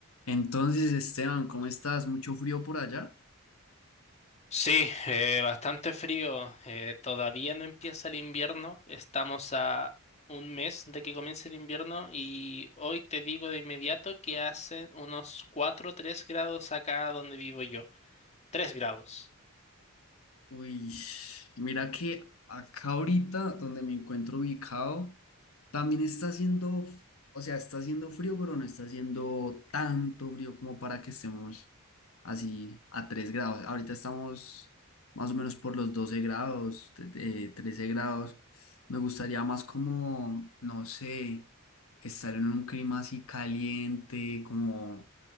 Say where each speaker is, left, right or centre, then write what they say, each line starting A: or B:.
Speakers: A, on the left; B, on the left.
A: Entonces, Esteban, ¿cómo estás? ¿Mucho frío por allá?
B: Sí, eh, bastante frío. eh, todavía no empieza el invierno. Estamos a un mes de que comience el invierno y hoy te digo de inmediato que hacen unos 4, o 3 grados acá donde vivo yo. Tres grados.
A: Uy, mira que acá ahorita donde me encuentro ubicado, también está haciendo, o sea, está haciendo frío, pero no está haciendo tanto frío como para que estemos así a 3 grados. Ahorita estamos más o menos por los 12 grados, te- te- 13 grados. Me gustaría más como, no sé, estar en un clima así caliente, como